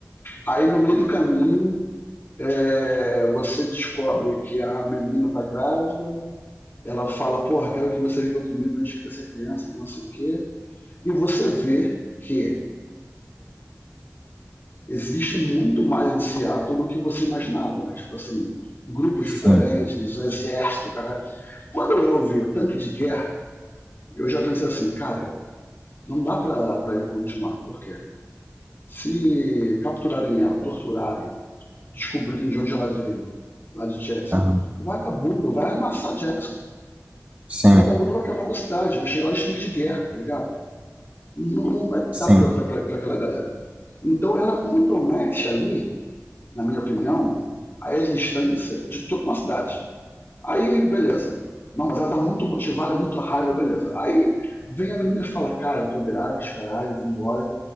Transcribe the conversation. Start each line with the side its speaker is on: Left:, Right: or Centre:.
Left: Aí no meio do caminho, é, você descobre que a menina tá grávida, ela fala, porra, quero que você viva comigo, a gente cria essa criança, que não sei o quê. E você vê que existe muito mais em Seattle do que você imaginava, né? Tipo assim, grupos
Right: sim,
Left: diferentes, um exército, cara. Quando eu vi o tanque de guerra, eu já pensei assim, cara, não dá pra, pra ele continuar. Por quê? Se capturarem ela, torturarem, descobrirem de onde ela veio, lá de Jackson,
Right: aham,
Left: vagabundo vai amassar Jackson.
Right: sim,
Left: Vagabundo vai acabar com a cidade, vai chegar lá os tanque de guerra, tá ligado? Não, não vai
Right: sim,
Left: dar pra, pra, pra, pra aquela galera. Então ela compromete ali na minha opinião, a existência de toda uma cidade. Aí, beleza. Não, mas ela tá muito motivada, muito raiva, beleza. Aí vem a menina e fala, cara, eu tô grávida, os caralho, vambora,